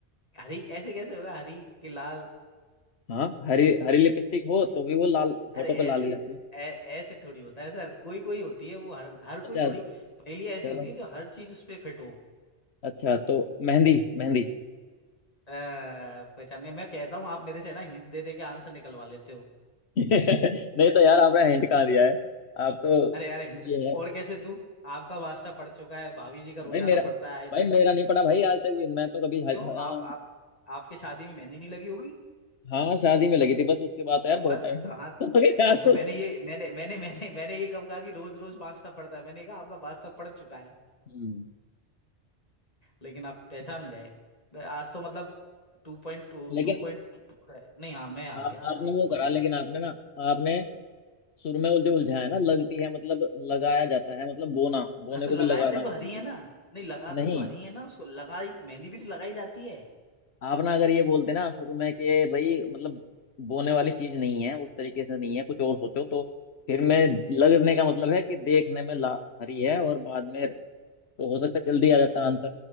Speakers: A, on the left; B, on the left.
A: हरी ऐसे कैसे होगा हरी के लाल
B: हाँ हरी हरी लिपस्टिक हो तो भी वो लाल होठों
A: अरे
B: पे लाल
A: ऐसे
B: ही आती
A: ऐ- ऐसे थोड़ी होता है सर कोई कोई होती है वो हर हर
B: अच्छा
A: कोई थोड़ी पहेली ऐसी
B: चलो
A: होती है जो हर चीज उस पे फिट हो
B: अच्छा तो मेहंदी मेहंदी <laughs>
A: अ, पहचान गए मैं कहता हूँ आप मेरे से ना हिंट दे दे के आंसर निकलवा लेते हो
B: नहीं तो यार आपने हिंट कहाँ दिया है आप तो
A: अरे यार हिंट
B: ये है
A: और कैसे दूं आपका वास्ता पड़ चुका है भाभी जी का रोजाना
B: भाई मेरा
A: पड़ता है आए दिन
B: भाई मेरा नहीं पड़ा भाई आज तक भी मैं तो कभी हर-
A: क्यों
B: हाँ
A: आप आप आपके शादी में मेहंदी नहीं लगी होगी
B: हाँ, शादी में लगी थी बस उसके बाद तो यार
A: तो बस
B: बहुत टाइम
A: तो
B: <laughs>
A: हाँ तो
B: हो गया यार।
A: हाँ तो मैंने ये मैंने मैंने मैंने मैंने ये कब कहा कि रोज रोज वास्ता पड़ता है मैंने कहा आपका वास्ता पड़ चुका है
B: हम्म
A: लेकिन आप पहचान
B: <laughs>
A: गए तो आज तो मतलब टू पॉइंट टू
B: लेकिन
A: टू पॉइंट टू है नहीं हाँ मैं हार
B: आप
A: गया
B: आपने
A: आज एक
B: वो करा
A: पॉइंट
B: लेकिन
A: से
B: आपने ना आपने सुर में वो जो उलझाया ना लगती है मतलब लगाया जाता है मतलब बोना बोने
A: हाँ तो
B: को
A: लगाते
B: भी लगाना
A: तो हरी
B: बोलते
A: है
B: हैं
A: ना नहीं लगाते
B: नहीं
A: तो हरी है ना उसको लगाई मेहंदी भी तो लगाई जाती है
B: आप ना अगर ये बोलते ना शुरू में कि भाई मतलब बोने वाली चीज नहीं है उस तरीके से नहीं है कुछ और सोचो तो फिर मैं लगने का मतलब है कि देखने में ला हरी है और बाद में तो हो सकता है जल्दी आ जाता आंसर